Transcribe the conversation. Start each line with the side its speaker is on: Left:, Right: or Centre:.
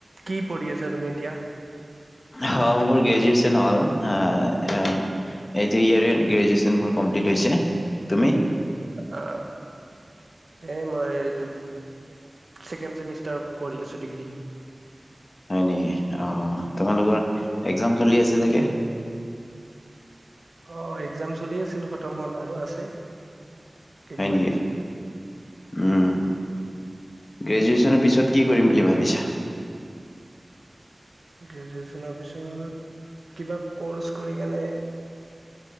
Right: কি প়ঢ়ি আছা তুমি এতিয়া?
Left: হ, মোৰ গ্ৰেজুৱেচন হ'ল। অ', অ' এইটো ইয়াৰত গ্ৰেজুৱেচন মোৰ কমপ্লিট হৈছে। তুমি?
Right: অ', আ এ, মই <unintelligible> ছেকেণ্ড চেমিষ্টাৰ কৰি আছোঁ ডিগ্ৰী।
Left: হয় নেকি, অ', তোমালোকৰ একজাম চলি আছে চাগে!
Right: অ', একজাম চলি আছিল, খতম হ'ল। আৰু আছে কেইদিনমান
Left: হয় নেকি?
Right: পিছত।
Left: উম, গ্ৰেজুৱেচনৰ পিছত কি কৰিম বুলি ভাবিছা?
Right: গ্ৰেজুৱেশ্যনৰ পিছত কিবা ক'ৰ্চ কৰি কেনে